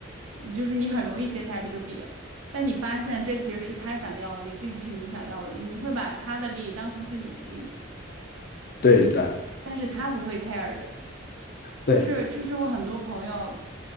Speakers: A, on the right; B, on the left.
A: 你就是你很容易接下这个饼，但你发现这其实是他想要的力，并不是你想要的力。你会把他的力当成是你的力，
B: 对的，
A: 但是他不会 care 的。
B: 对，
A: 就是这是我很多朋友